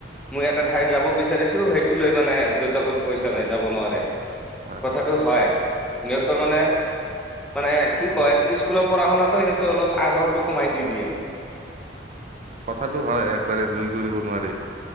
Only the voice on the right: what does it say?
হয়
কথাাতটো হয় একবাৰে নুই কৰিব নোৱাৰি